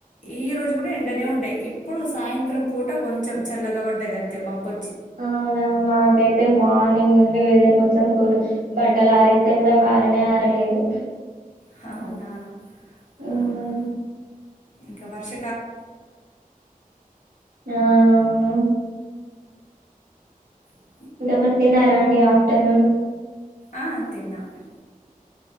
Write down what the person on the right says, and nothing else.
అవునా మాకైతే మార్నింగ్ నుండి వేదరు మొ సం కూలు బట్టలు ఆరేస్తే గుడంగ ఆరినయా ఆరలేదో
ఉమ్.
ఆ అవును
ఇంకా మరి తిన్నారా అండి ఆఫ్టర్నూన్